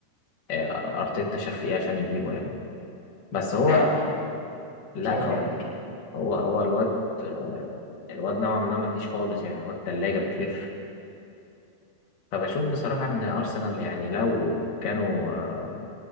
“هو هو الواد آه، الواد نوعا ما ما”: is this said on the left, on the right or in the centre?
Left